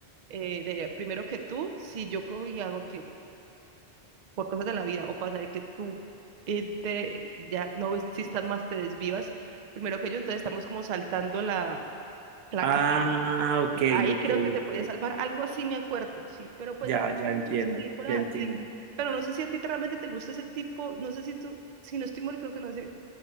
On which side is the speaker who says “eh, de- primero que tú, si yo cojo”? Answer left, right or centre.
Right